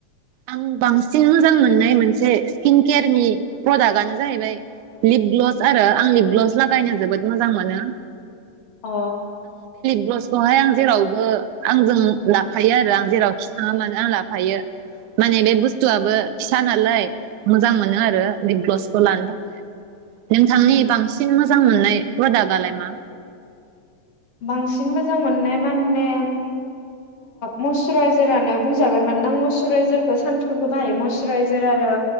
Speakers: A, on the right; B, on the left.
A: आं बांसिन मोजां मोननाय मोनसे स्किन केेयारनि प्रडाक्टनो जाहैबाय लिप ग्लभस आरो आं लिप ग्लभस लागायनो जोबोद मोजां मोनो
B: अ
A: ब्लसखौहाय आं जेरावबो आंजों लाफायो आरो आं जेराव खि थाङा मानो आं लाफायो माने बे बुस्थुआबो फिसा नालाय मोजां मोनो आरो बे ग्लबसखौ लानो थाखाय नोंथांनि बांसिन मोजां मोननाय प्रदाक्टआलाय मा
B: बांसिन मोजां मोननाय मान ने मस्सुराइजारानो बुंजागोन मानोना आं मस्सुराइजारखौ सानफ्रोमबो बाहायो मस्सुराइजार आरो